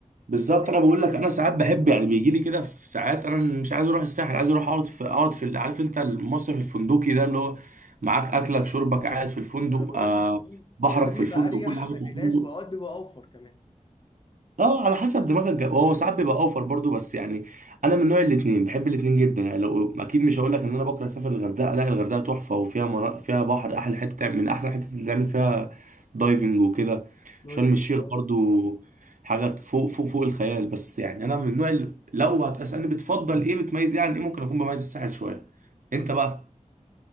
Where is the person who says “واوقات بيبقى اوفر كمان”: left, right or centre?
Left